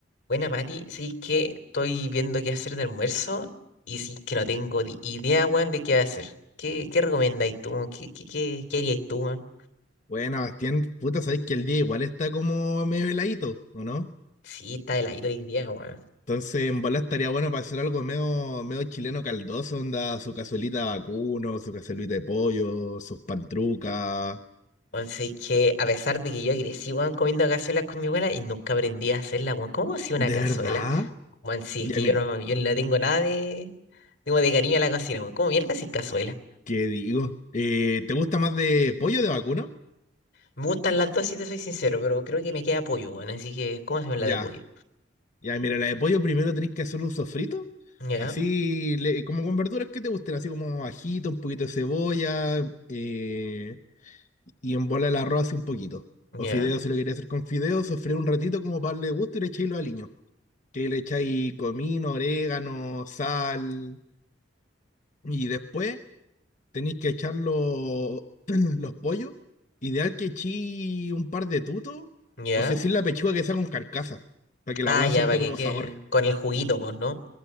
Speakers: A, on the left; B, on the left.
A: Buena, Mati, sí que estoy viendo qué hacer de almuerzo y sí que no tengo di- idea, weón, de qué hacer. ¿Qué, qué recomendáis tú, weón? ¿Qué, qué, qué, qué haríais tú, weón?
B: Bueno, Bastián, puta, sabéis que el día igual está como medio heladito, ¿o no?
A: Sí, está heladito hoy día, weón.
B: Entonces, en bola estaría bueno para hacer algo medio, medio chileno caldoso, onda, su cazuelita de vacuno, su cazuelita de pollo, sus pantrucas.
A: Weón, sí que a pesar de que yo crecí, weón, comiendo cazuelas con mi abuela y nunca aprendí a hacerla, weón. ¿Cómo hacía una
B: ¿De
A: cazuela?
B: verdad?
A: Weón, sí,
B: Ya,
A: es que
B: mira,
A: yo no, yo no le tengo nada de, digo, de cariño a la cocina, weón. ¿Cómo mierda haces cazuela?
B: ¿qué digo? Eh, ¿te gusta más de pollo o de vacuno?
A: Me gustan las dos, si te soy sincero, pero creo que me queda pollo, weón. Así que, ¿cómo hacemos
B: Ya,
A: la de pollo?
B: ya, mira, la de pollo primero tenéis que hacer un sofrito,
A: Ya,
B: así, le- como con verduras que te gusten, así como ajito, un poquito de cebolla, eh, y en bola el arroz hace un poquito. O
A: ya,
B: fideos, si lo quería hacer con fideos, sofré un ratito como para darle gusto y le echáis los aliños. Que le echáis comino, orégano, sal. Y después tenéis que echar los, <clears throat> los pollos. Ideal que echéis un par de tutos.
A: ya.
B: O si así la pechuga que sea con carcasa. Para que
A: Ah,
B: la hueá
A: ya,
B: suelte
A: para que
B: como
A: quede
B: sabor.
A: con el juguito, pues, ¿no?